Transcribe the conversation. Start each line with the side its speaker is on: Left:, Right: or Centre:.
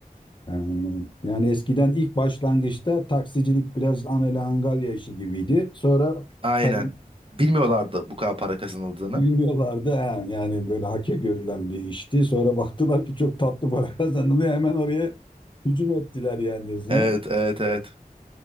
Left: Yani, yani eskiden ilk başlangıçta taksicilik biraz amele angalya işi gibiydi. Sonra
Right: Aynen.
Left: kazan
Right: Bilmiyorlardı bu kadar para kazanıldığını.
Left: <laughs> bilmiyorlardı. he. Yani böyle hake görülen bir işti. Sonra baktılar ki çok tatlı para <laughs> kazanılıyor. Hemen oraya hücum ettiler yani yüzüne.
Right: Evet, evet, evet.